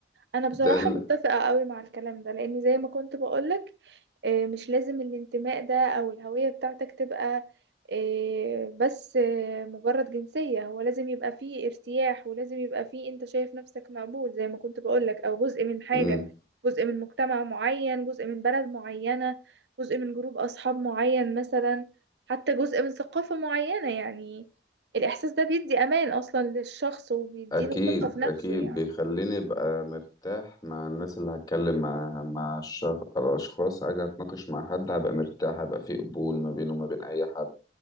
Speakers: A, on the right; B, on the left.
A: انا بصراحة
B: ده ال...
A: متفقة قوي مع الكلام ده لان زي ما كنت بقولك آه، مش لازم الانتماء ده او الهوية بتاعتك تبقى آه، بس آه، مجرد جنسية هو لازم يبقى فيه ارتياح ولازم يبقى فيه انت شايف نفسك مقبول زي ما كنت بقولك او جزء من حاجة
B: مم.
A: جزء من مجتمع معين جزء من بلد معينة جزء من جروب اصحاب معين مثلا حتى جزء من ثقافة معينة يعني الاحساس ده بيدي امان اصلا للشخص وبيديله
B: اكيد
A: ثقة في نفسه
B: اكيد
A: يعني
B: بيخليني ابقى مرتاح مع الناس اللي هتكلم معاها مع الشغ... الاشخاص اجي اتناقش مع حد هبقى مرتاح هبقى في قبول ما بينه وما بين اي حد